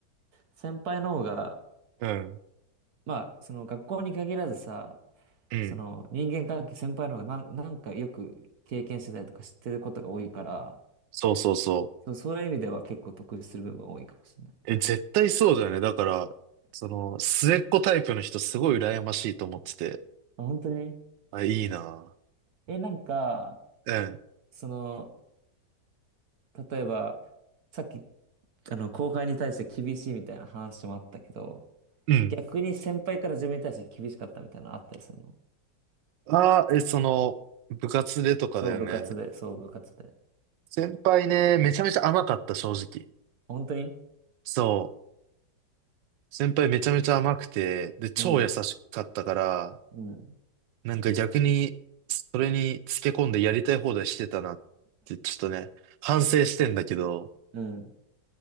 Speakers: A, on the right; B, on the right.
A: 先輩の方が、
B: うん。
A: まあ、その学校に限らずさ、
B: うん。
A: その人間関係先輩の方がなん、なんかよく経験してたりとか知ってることが多いから、
B: そうそうそう。
A: そう、そういう意味では結構得する部分は多いかもしれない。
B: え、絶対そうだよね。だから、その、末っ子タイプの人すごい羨ましいと思ってて。
A: まあ、本当に
B: あ、いいな。
A: え、なんか、
B: うん。
A: その、例えば、さっきあの、後輩に対して厳しいみたいな話もあったけど、
B: うん。
A: 逆に先輩から自分に対して厳しかったみたいなのあったりするの
B: ああ、え、その、部活でとかだよね。
A: そう部活で、そう部活で。
B: 先輩ね、めちゃめちゃ甘かった、正直。
A: 本当に
B: そう。先輩めちゃめちゃ甘くて、で、超優しかったから、
A: うん、うん、
B: なんか逆に、それにつけ込んでやりたい放題してたなって、ちょっとね、反省してんだけど、
A: うん。